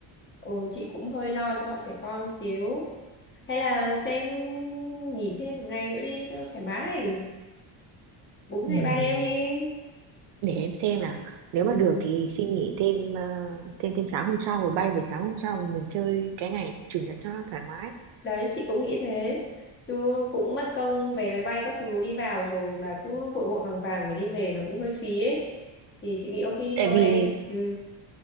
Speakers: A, on the left (about 25°); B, on the right (about 75°).
A: ừ, chị cũng hơi lo cho bọn trẻ con xíu hay là xem nghỉ thêm một ngày nữa đi cho nó thoải mái bốn
B: Ừm,
A: ngày ba đêm đi
B: để em xem nào nếu
A: Ừ.
B: mà được thì xin nghỉ thêm ờ, thêm thêm sáng hôm sau rồi bay về sáng hôm sau mình chơi cái ngày chủ nhật cho nó thoải mái
A: Đấy chị cũng nghĩ thế chứ cũng mất công vé máy bay các thứ đi vào rồi mà cứ vội vội vàng vàng phải đi về nó cũng hơi phí ấy thì chị nghĩ ok
B: tại
A: thôi
B: vì
A: em ừ.